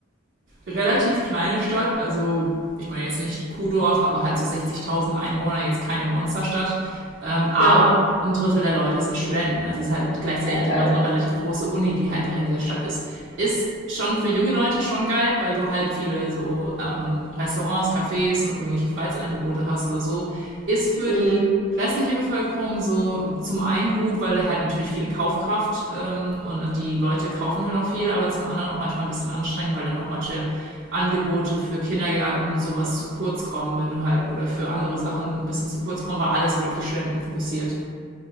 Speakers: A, on the right; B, on the left.
A: relativ kleine Stadt, also ich meine jetzt nicht Kuhdorf, aber halt so 60.000 Einwohner, jetzt keine Monsterstadt. Ähm, aber
B: ja,
A: ein Drittel der Leute sind Studenten. Also es ist halt gleichzeitig
B: war
A: einfach
B: geil,
A: mal so eine relativ große Uni, die halt einfach in dieser Stadt ist. Ist schon für junge Leute schon geil, weil du halt viele so ähm, Restaurants, Cafés und irgendwelche Freizeitangebote hast oder so. Ist für
B: mhm,
A: die restliche Bevölkerung so zum einen gut, weil halt natürlich viele Kaufkraft ähm, und die Leute kaufen halt auch viel, aber zum anderen auch manchmal ein bisschen anstrengend, weil dann auch manche Angebote für Kindergärten und sowas zu kurz kommen, wenn du halt oder für andere Sachen ein bisschen zu kurz kommen, weil alles wird auf die Studenten fokussiert.